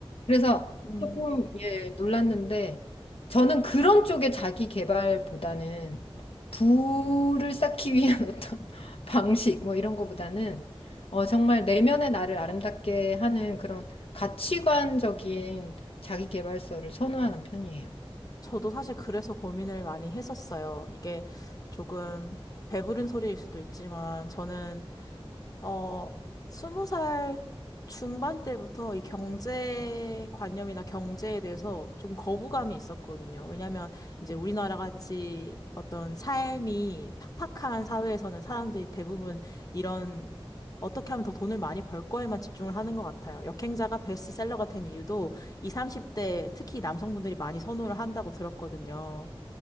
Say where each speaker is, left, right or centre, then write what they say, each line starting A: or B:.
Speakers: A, on the left; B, on the left.
A: 그래서
B: 음.
A: 조금, 예, 놀랐는데, 저는 그런 쪽의 자기 개발보다는 부를 쌓기 위한 <laughs> 어떤 방식, 뭐 이런 거보다는, 어, 정말 내면의 나를 아름답게 하는 그런 가치관적인 자기 개발서를 선호하는 편이에요.
B: 저도 사실 그래서 고민을 많이 했었어요. 이게 조금 배부른 소리일 수도 있지만, 저는 어, 스무 살 중반 때부터 이 경제 관념이나 경제에 대해서 좀 거부감이 있었거든요. 왜냐하면 이제 우리나라 같이 어떤 삶이 팍팍한 사회에서는 사람들이 대부분 이런 어떻게 하면 더 돈을 많이 벌 거에만 집중을 하는 것 같아요. 역행자가 베스트셀러가 된 이유도 이 30대 특히 남성분들이 많이 선호를 한다고 들었거든요.